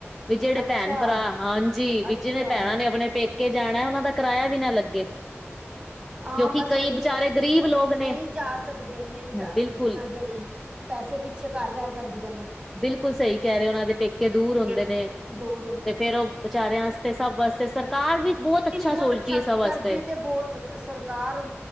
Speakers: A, in the centre; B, on the right.
A: ਵੀ ਜਿਹੜੇ
B: ਅੱਛਾ
A: ਭੈਣ ਭਰਾ ਹਾਂਜੀ ਵੀ
B: ਅੱਛਾ
A: ਜਿੰਨੇ ਨੇ ਭੈਣਾਂ ਨੇ ਆਪਣੇ ਪੇਕੇ ਜਾਣਾ ਉਹਨਾਂ ਦਾ ਕਿਰਾਇਆ ਵੀ ਨਾ ਲੱਗੇ।
B: ਹਾਂ,
A: ਕਿਉਂਕਿ
B: ਬਸ
A: ਕਈ
B: ਉਹੀ
A: ਵਿਚਾਰੇ
B: ਐ
A: ਗ਼ਰੀਬ ਲੋਕ ਨੇ
B: ਨਹੀਂ ਜਾ ਸਕਦੇ ਨਹੀਂ ਜਾ
A: ਬਿਲਕੁਲ
B: ਸਕਦੀਆਂ ਜਿਹੜੀ। ਪੈਸੇ ਪਿੱਛੇ ਕਰ ਰਹਿ ਜਾਂਦੀਆਂ ਨੇ।
A: ਬਿਲਕੁਲ ਸਹੀ ਕਹਿ ਰਹੇ ਉਹਨਾਂ ਦੇ ਪੇਕੇ ਦੂਰ ਹੁੰਦੇ
B: ਹਾਂ
A: ਨੇ
B: ਦੂਰ ਹੁੰਦੇ
A: ਤੇ ਫੇਰ
B: ਨੇ
A: ਉਹ ਵਿਚਾਰਿਆਂ ਵਾਸਤੇ ਸਭ ਵਾਸਤੇ ਸਰਕਾਰ ਵੀ
B: ਬਹੁਤ
A: ਸੋਚਦੀ
B: ਅੱਛਾ
A: ਹੈ ਸਭ ਵਾਸਤੇ
B: ਕਰਦੀ ਤੇ ਬਹੁਤ ਸਰਕਾਰ